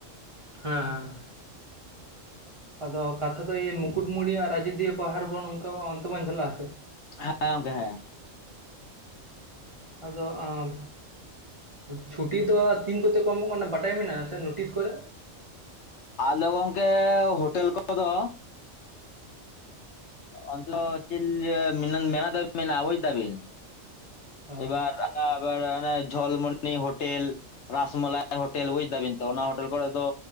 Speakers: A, on the right (about 30°); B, on the left (about 65°).
A: ᱦᱮᱸ ᱟᱫᱚ ᱠᱟᱛᱷᱟ ᱫᱚ ᱤᱭᱟᱹ ᱢᱩᱠᱩᱴᱢᱩᱱᱤ ᱟᱨ ᱟᱡᱚᱫᱤᱭᱟᱹ ᱯᱟᱦᱟᱲ ᱚᱱᱠᱟ ᱵᱚᱱ ᱚᱱᱛᱮ ᱵᱚᱱ ᱪᱟᱞᱟᱜᱼᱟ ᱥᱮ
B: ᱦᱮᱸ ᱜᱚᱝᱠᱮ ᱦᱮᱸ
A: ᱟᱫᱚ ᱟᱢ ᱪᱷᱩᱴᱤ ᱫᱚ ᱛᱤᱱ ᱠᱚᱛᱮ ᱠᱚ ᱮᱢᱚᱜ ᱠᱟᱱᱟ ᱵᱟᱰᱟᱭ ᱢᱮᱱᱟᱜᱼᱟ ᱥᱮ ᱱᱳᱴᱤᱥ ᱠᱚᱨᱮ?
B: ᱟᱞᱚ ᱜᱚᱝᱠᱮ ᱦᱳᱴᱮᱞ ᱠᱚᱨᱮ ᱫᱚ ᱮᱜ ᱟᱫᱚ ᱪᱮᱫ ᱞᱤᱧ ᱞᱟᱹᱭᱟ ᱢᱮᱱᱟ ᱢᱮᱞᱟ ᱫᱷᱟᱹᱵᱤᱡ ᱢᱮᱱᱟᱜ-ᱟ ᱵᱩᱡ ᱫᱟᱵᱤᱱ
A: ᱚ
B: ᱮᱵᱟᱨ <unintelligible> ᱡᱚᱞᱢᱩᱱᱤ ᱦᱳᱴᱮᱞ, ᱨᱟᱥ ᱢᱟᱞᱟᱭ ᱦᱳᱴᱮᱞ ᱵᱩᱡᱽ ᱫᱟᱵᱤᱱ ᱛᱚ ᱚᱱᱟ ᱦᱳᱴᱮᱞ ᱠᱚᱨᱮ ᱫᱚ